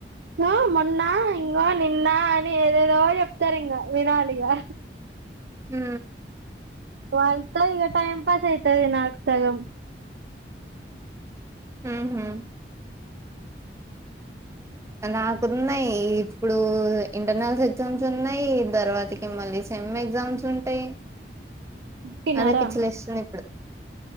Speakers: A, on the right; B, on the right.
A: ఇగో మొన్న ఇంగో నిన్న అని ఏదేదో చెప్తారింగా వినాలిగా
B: మ్
A: వాళ్ళతో ఇగ టైమ్ పాస్ అయితది నాకు సగం
B: మ్ హు నాకున్నా ఇ ఇప్పుడు ఇంటర్నల్స్ ఎగ్జామ్స్ ఉన్నాయ్ తర్వాతకి మళ్ళీ సెమ్ ఎగ్జామ్స్ ఉంటాయ్
A: తిన్నారా
B: అదే పిచ్చిలేస్తుంది ఇప్పుడు